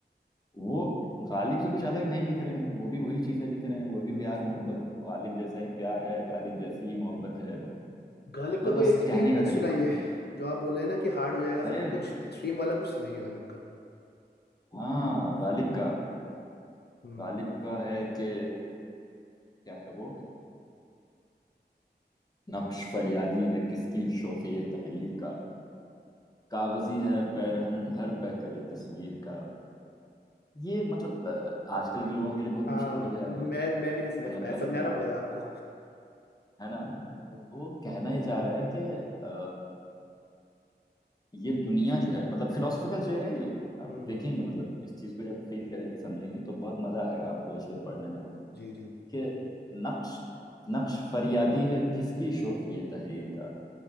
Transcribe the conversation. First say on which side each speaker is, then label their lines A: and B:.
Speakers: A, on the left; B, on the left.
A: वो गालिब से कुछ अलग नहीं लिख रहे हैं वो भी वही चीजें लिख रहे हैं वो भी
B: हम्म
A: प्यार मोहब्बत गालिब जैसा ही प्यार है गालिब जैसी ही मोहब्बत है
B: गालिब
A: मतलब
B: का कोई
A: बस
B: एक्सट्रीम
A: कहने
B: कुछ
A: का तरीका
B: सुनाइए
A: बदल-
B: जो आप बोल रहे हैं ना कि हार्ड हो जाएगा
A: अरे
B: सब कुछ एक्सट्रीम वाला कुछ सुनाइए गालिब का
A: हाँ गालिब का
B: हम्म
A: गालिब का है कि क्या है वो नक्श फरियादी है किसकी शोखी तहरीर का कागजी है पैरहन हर पह करे तस्वीर का ये मतलब अ, आजकल के लोगों के लिए बहुत
B: हाँ
A: मुश्किल हो जाएगा
B: मैं मैं भी नहीं
A: का
B: समझ
A: मतलब
B: पाया समझाना
A: समझाना
B: पड़ेगा आपको
A: है ना
B: हम्म
A: वो कहना ये चाह रहा है कि अ, ये दुनिया जो है मतलब फिलोसफिकल शेर है ये आप
B: हम्म
A: देखेंगे मतलब इस चीज को जब फील करेंगे समझेंगे तो बहुत मजा आएगा आपको ये शेर पढ़ने में
B: जी जी जी
A: कि नक्श नक्श फरियादी है किसकी शोख ये तहरीर का